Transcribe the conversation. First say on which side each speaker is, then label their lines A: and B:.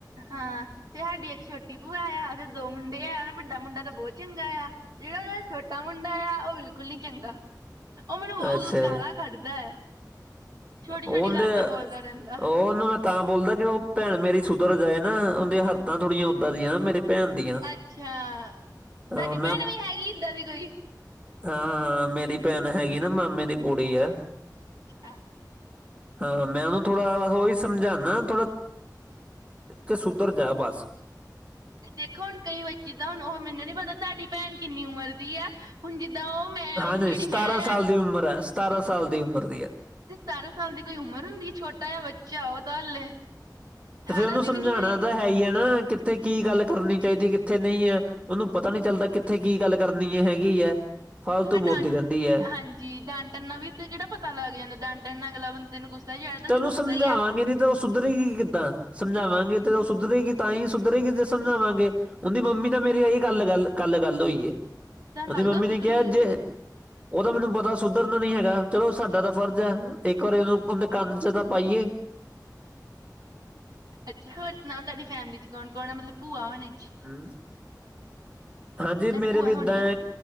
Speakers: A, on the right; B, on the right.
A: ਹਾਂ, ਤੇ ਸਾਡੀ ਏਕ ਛੋਟੀ ਭੂਆ ਆ ਔਦੇ ਦੋ ਮੁੰਡੇ ਆ ਵੱਡਾ ਮੁੰਡਾ ਤਾਂ ਬੌਤ ਚੰਗਾ ਆ। ਜਿੜਾ ਉਦਾ ਛੋਟਾ ਮੁੰਡਾ ਆ ਔ ਬਿਲਕੁਲ ਨੀ ਚੰਗਾ। ਓਹ ਮੈਨੂੰ ਬੌ
B: ਅੱਛਾ,
A: ਵੋ ਗਾਲਾ ਕੱਢਦੈ, ਛੋਟੀ-ਛੋਟੀ
B: ਉਹਦੇ
A: ਗੱਲ ਤੇ ਬੋਲਦਾ ਰੈੰਦਾ।
B: ਉਹਨੂੰ ਮੈਂ ਤਾਂ ਬੋਲਦੈ ਕਿ ਔ ਭੈਣ ਮੇਰੀ ਸੁਧਰ ਜਾਏ ਨਾ ਔੰਦੀਆਂ ਹਰਤਾਂ ਥੋੜੀਆਂ ਔੱਦਾਂ ਦੀਆਂ ਨਾ, ਮੇਰੀ ਭੈਣ ਦੀਆਂ।
A: ਅੱਛਾ, ਤਾਡੀ
B: ਹਾਂ
A: ਭੈਣ ਵੀ ਹੈਗੀ ਇੱਦਾਂ ਦੀ ਕੋਈ?
B: ਹਾਂ ਹਾਂ ਮੇਰੀ ਭੈਣ ਹੈਗੀ ਨਾ ਮਾਮੇ ਦੀ ਕੁੜੀ ਆ।
A: ਅੱਛਾ।
B: ਹਾਂ ਮੈਂ ਉਹਨੂੰ ਥੋੜਾ ਉਹੀ ਸਮਝਾਉਣਾ ਥੋੜਾ ਕੇ ਸੁਧਰ ਜਾ ਬਸ।
A: ਦੇਖੋ ਹੁਣ ਕਈ ਵਾਰੀ ਜਿੱਦਾਂ ਹੁਣ ਉਹ ਮੈਨੂੰ ਨੀ ਪਤਾ ਤੁਹਾਡੀ ਭੈਣ ਕਿੰਨੀ ਉਮਰ ਦੀ ਹੈ ਹੁਣ ਜਿੱਦਾਂ ਉਹ ਮੈਂ
B: ਹਾਂਜੀ
A: ਉਹ ਜਿਹੜੀ
B: ਸਤਾਰਾਂ
A: ਮੈਂ
B: ਸਾਲ
A: ਆ।
B: ਦੀ ਉਮਰ ਹੈ ਸਤਾਰਾਂ ਸਾਲ ਦੀ ਉਮਰ ਦੀ ਹੈ।
A: ਸਤਾਰਾਂ ਸਾਲ ਦੀ ਕੋਈ ਉਮਰ ਹੁੰਦੀ ਛੋਟਾ ਜਾਂ ਬੱਚਾ ਉਹ ਤਾਂ ਹਾਲੇ। ਅਠਾਰਾਂ
B: ਤੇ ਫਿਰ ਉਹਨੂੰ
A: ਦੀ
B: ਸਮਝਾਉਣਾ
A: ਵੀ ਨ ਹੈਈ।
B: ਤਾਂ ਹੈ ਹੀ ਆ ਨਾ ਕਿ ਕਿੱਥੇ ਕੀ ਗੱਲ ਕਰਨੀ ਚਾਹੀਦੀ ਕਿੱਥੇ ਨਹੀਂ ਹੈ ਉਹਨੂੰ ਪਤਾ ਨੀ ਚੱਲਦਾ ਕਿੱਥੇ ਕੀ ਗੱਲ ਕਰਨੀ ਹੈ ਹੈਗੀ ਹੈ। ਵਾਧੂ
A: ਤੇ ਫਿਰ
B: ਬੋਲਦੀ
A: ਡਾਂਟ
B: ਰਹਿੰਦੀ। ਹੈ
A: ਹਾਂਜੀ ਡਾਂਟਨ ਨਾਲ ਵੀ ਤੇ ਕਿਹੜਾ ਪਤਾ ਲੱਗ ਜਾਂਦਾ ਡਾਂਟਨ ਅਗਲਾ ਬੰਦੇ ਨੂੰ ਗੁੱਸਾ ਚੜਦਾ
B: ਚਲੋ
A: ਤੇ ਰੁੱਸਦਾ
B: ਸਮਝਾਵਾਂਗੇ
A: ਹੀ ਹੈ।
B: ਨਹੀਂ ਤਾਂ ਉਹ ਸੁਧਰੇਗੀ ਕਿੱਦਾਂ ਸਮਝਾਵਾਂਗੇ ਤੇ ਉਹ ਸੁਧਰੇਗੀ ਤਾਂ ਹੀ ਸੁਧਰੇਗੀ ਜੇ ਸਮਝਾਵਾਂਗੇ। ਉਹਦੀ ਮੰਮੀ ਨਾਲ ਮੇਰੀ ਆਹੀ ਗੱਲ ਗੱਲ ਕੱਲ ਗੱਲ ਹੋਈ ਹੈ
A: ਤੁਹਾਨੂੰ
B: ਉਹਦੀ
A: ਲੱਗਦਾ
B: ਮੰਮੀ
A: ਉਹ ਸੁਧਰੂਗੀ
B: ਨੇ ਕਿਹਾ ਜੇ ਉਹਦਾ ਮੈਨੂੰ ਪਤਾ ਸੁਧਰਨਾ ਨੀ ਹੈਗਾ ਚਲੋ ਸਾਡਾ ਤਾਂ ਫਰਜ਼ ਹੈ ਇੱਕ ਵਾਰੀ ਉਹਨੂੰ ਦੇ ਕੰਨ ਚ ਤਾਂ ਪਾਈਏ। <inaudible>
A: ਅੱਛਾ ਹੋਰ ਸੁਣਾਓ ਤੁਹਾਡੀ ਫੈਮਿਲੀ ਚ ਕੌਣ ਕੌਣ ਆ ਮਤਲਬ ਭੂਆ ਹੋਣਣੇ ਚ।
B: ਹਾਂ। ਹਾਂਜੀ
A: ਤੁਹਾਡੀ
B: ਮੇਰੇ
A: ਭੂਆ
B: ਵੀ
A: ਹੋਣੀ
B: ਏਦਾਂ
A: ਆ